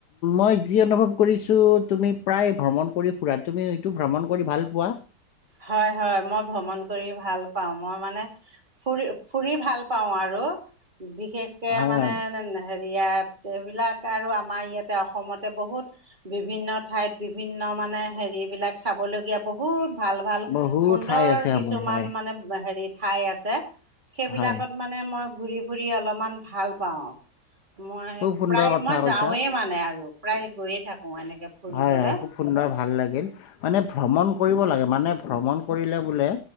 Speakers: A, on the left; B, on the right.
A: মই যি অনুভৱ কৰিছোঁ তুমি প্ৰায় ভ্ৰমণ কৰি ফুৰা তুমি হয়তো ভ্ৰমণ কৰি ভাল পোৱা?
B: হয়, হয়, মই ভ্ৰমণ কৰি ভাল পাওঁ। মই মানে ফুৰি ফুৰি ভাল পাওঁ আৰু বিশেষকে
A: হয়
B: মানে
A: হয়
B: হেৰিয়াত এইবিলাক আৰু আমাৰ ইয়াতে অসমতে বহুত বিভিন্ন ঠাইত বিভিন্ন মানে হেৰি বিলাক চাবলগীয়া বহুত ভাল ভাল
A: বহু
B: সুন্দৰ
A: ঠাই আছে
B: কিছুমান
A: আমাৰ হয়
B: মানে হেৰি ঠাই আছে। সেইবিলাকত
A: হয়
B: মানে মই ঘুৰি ফুৰি অলপমান ভাল পাওঁ মই
A: খুব সুন্দৰ
B: প্ৰায়
A: কথা
B: মই
A: কৈছা
B: যাওঁৱে মান নাই আৰু প্ৰায় গৈয়ে থাকো- এনেকে ফুৰিবলে
A: হয়ঁ হয়ঁ খুব সুন্দৰ ভাল লাগিল। মানে ভ্ৰমণ কৰিব লাগে মানে ভ্ৰমণ কৰিলে বোলে।